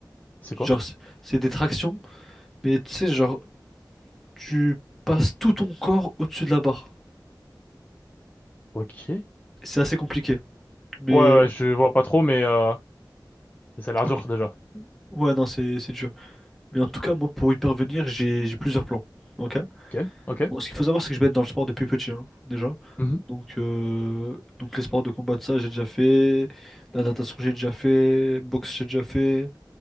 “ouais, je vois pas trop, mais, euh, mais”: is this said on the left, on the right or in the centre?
Left